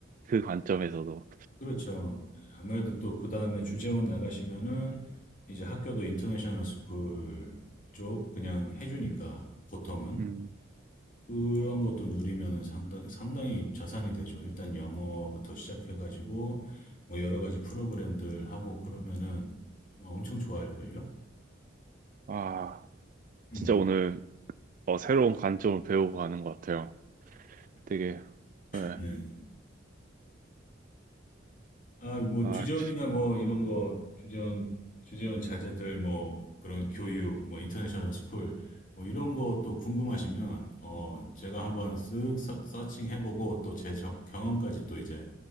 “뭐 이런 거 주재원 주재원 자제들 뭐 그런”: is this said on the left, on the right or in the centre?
Left